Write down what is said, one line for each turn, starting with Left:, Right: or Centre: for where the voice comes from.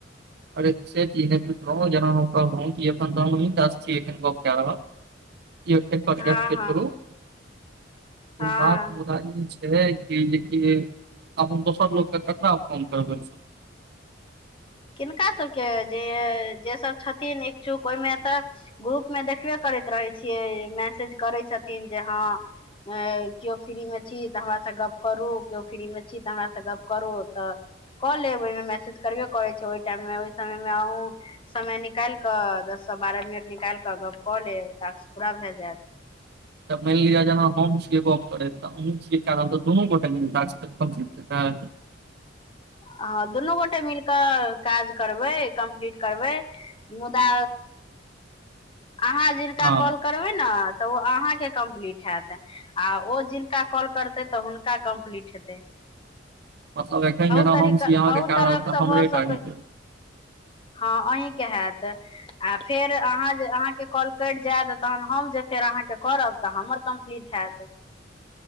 Right: अरे से चीज नहि पुछलहु जेना हम कहलहुं कि एखन त हमही टा छी एखन गप कए लेलौंह
Left: हँ हँ हँ
Right: <unintelligible> बात मुदा ई छै छेलै कि जेकि आब हम दोसर लोक स ककरा फोन करबै
Left: किनका सभके जे जेसभ छथिन इच्छुक ओहिमे तऽ ग्रुप मे देखबे करैत रहै छियै मैसेज करै छथिन जे हँ अ केओ फ्री मे छी तऽ हमरा से गप्प करू केओ फ्री मे छी तऽ हमरा से गप्प करू तऽ कऽ लेबै ओईमे मैसेज करबे करै छै ओहि टाइम मे ओहि समय मे अहूं समय निकालि कऽ दस सँ बारह मिनट निकालि कऽ गप कऽ लेब टास्क पूरा भए जायत
Right: तऽ मानि लिअ जेना हम छियै गप करैत तऽ अहूँ छियै कए रहल तऽ दुनू गोटे के ना टास्क कंप्लीट हेतै
Left: हँ दुनू गोटे मिल कऽ काज करबै कम्प्लीट करबै मुदा आहाँ जिनका
Right: हँ
Left: कॉल करबै न तऽ ओ अहाँके कम्प्लीट हेयत आ ओ जिनका कॉल करतै तऽ हुनका कम्प्लीट हेतै
Right: मतलब एखन जेना
Left: <unintelligible> भऽ सकै
Right: हम छी अहाँके कए रहल तऽ हमरे टा हेतै
Left: हँ अहीं के हयत आ फेर अहाँ जे अहाँके कॉल कटि जायत तहन हम जे फेर अहाँके करब तऽ हमर कम्प्लीट हेयत